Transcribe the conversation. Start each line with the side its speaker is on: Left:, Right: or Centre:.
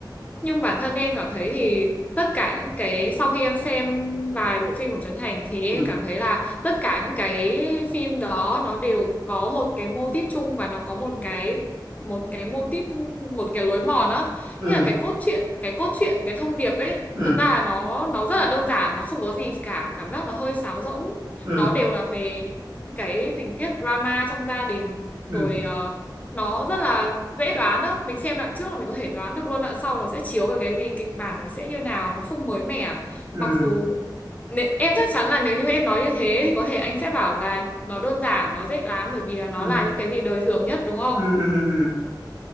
Left: Nhưng bản thân em cảm thấy thì tất cả những cái sau khi em xem vài bộ phim của Trấn Thành thì
Right: ừ
Left: em cảm thấy là tất cả những cái phim đó nó đều có một cái mô típ chung và nó có một cái một cái mô típ một cái lối mòn á
Right: ừ
Left: như là cái cốt truyện cái cốt truyện cái thông điệp ấy
Right: ừ
Left: thật ra là nó nó rất là đơn giản nó không có gì cả cảm giác nó hơi sáo rỗng
Right: ừ
Left: nó đều là về những cái tình tiết drama trong gia đình
Right: ừ
Left: rồi
Right: ừ
Left: ờ, nó rất là dễ đoán đó mình xem đoạn trước là mình có thể đoán được luôn đoạn sau nó sẽ chiếu về cái gì kịch bản nó sẽ như nào nó không mới mẻ
Right: ừ
Left: mặc dù nè- em chắc chắn là nếu như em nói như thế thì có thể anh sẽ bảo là nó đơn giản nó dễ đoán bởi vì là nó
Right: ừ
Left: là những cái gì đời thường nhất đúng không
Right: ừ, ừ, ừ. ừ.